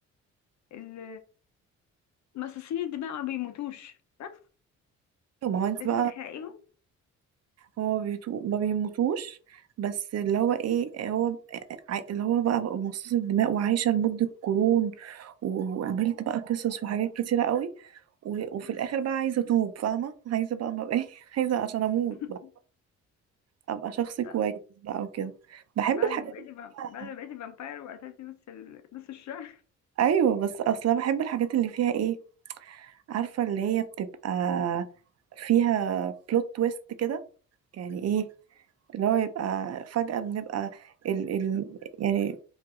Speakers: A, on the left; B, on the right.
A: ال مصاصين الدماء ما بيموتوش صح؟
B: ما هو انت
A: لازم
B: بقى
A: تحرقيهم
B: هو بيتو... ما بيموتوش بس اللي هو ايه هو ع- اللي هو بقى بقى مصاص الدماء وعايشه لمده قرون و- وقابلت بقى قصص وحاجات كتيره قوي و... وفي الاخر بقى عايزه اتوب فاهمه عايزه بقى ما بقى <laughs> ايه عايزه عشان اموت
A: <laughs>
B: بقى ابقى شخص كويس
A: آه،
B: بقى وكده بحب
A: بعد
B: الحاجات
A: ما بقيتي
B: اللي
A: فا-
B: فيها
A: بعد ما بقيتي فامباير وقتلتي نص ال... نص الشهر
B: <laughs> ايوه بس اصلا بحب الحاجات اللي فيها ايه عارفه اللي هي بتبقى فيها بلوت تويست كده يعني ايه اللي هو يبقى فجأة بنبقى ال ال يعني